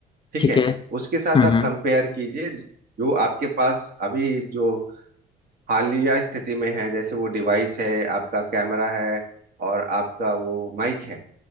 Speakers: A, on the right (about 60°); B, on the left (about 30°).
A: ठीक
B: ठीक
A: है
B: है
A: उसके साथ
B: हम्म
A: आप
B: हम्म
A: कंपेयर कीजिए जो आपके पास अभी जो हालिया स्थिति में है जैसे वो डिवाइस है आपका कैमरा है और आपका वो माइक है